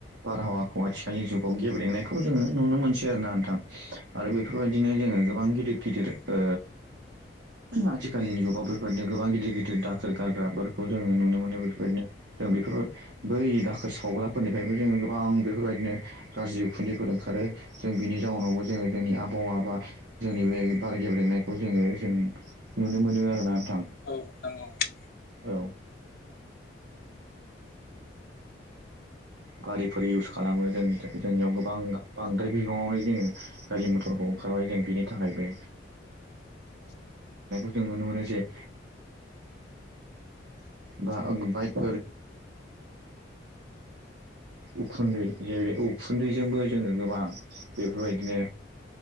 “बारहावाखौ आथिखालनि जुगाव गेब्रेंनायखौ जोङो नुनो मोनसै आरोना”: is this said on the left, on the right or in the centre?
Right